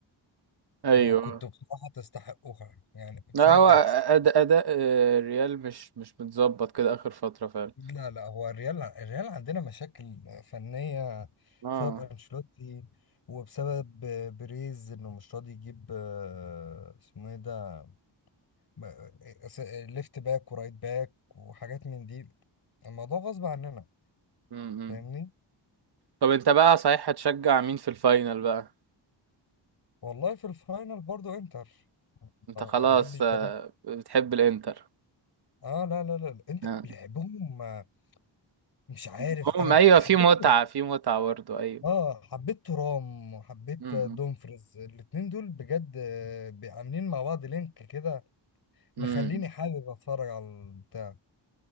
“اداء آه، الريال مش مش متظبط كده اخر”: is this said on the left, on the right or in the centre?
Right